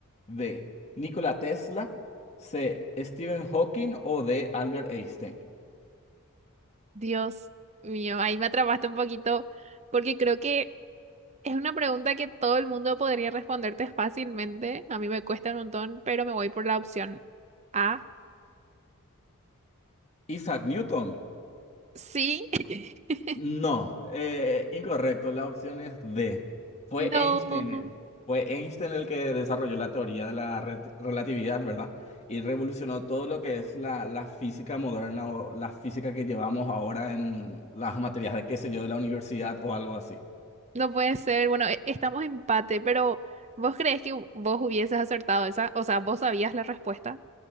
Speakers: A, on the left (about 30°); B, on the right (about 30°).
A: B, Nikola Tesla, C, Stephen Hawking o D, Albert Einstein.
B: Dios mío, ahí me atrapaste un poquito porque creo que es una pregunta que todo el mundo podría responderte fácilmente. A mí me cuesta un montón, pero me voy por la opción A.
A: Isaac Newton.
B: Sí, <laughs>
A: No, eh, incorrecto. La opción es D. Fue
B: no,
A: Einstein, fue Einstein el que desarrolló la teoría de la re- relatividad, ¿verdad? Y revolucionó todo lo que es la, la física moderna o la física que llevamos ahora en las materias de, qué sé yo, de la universidad o algo así.
B: no puede ser. Bueno, e- estamos empate, pero ¿vos crees que vos hubieses acertado esa? O sea, ¿vos sabías la respuesta?